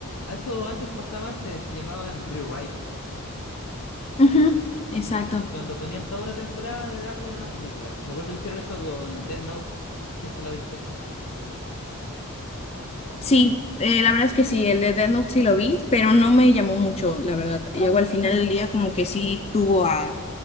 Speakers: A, on the left; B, on the left.
A: A Eso antes pasaba antes, se llamaban rewrites,
B: Ujú, exacto.
A: cuando ponían toda una temporada de algo en una película. Me acuerdo que hicieron eso con Dead Note, si es que la viste.
B: Sí, eh, la verdad es que sí, el de Death Note sí lo vi, pero no me llamó mucho, la verdad. Llegó al final del día como que sí tuvo a,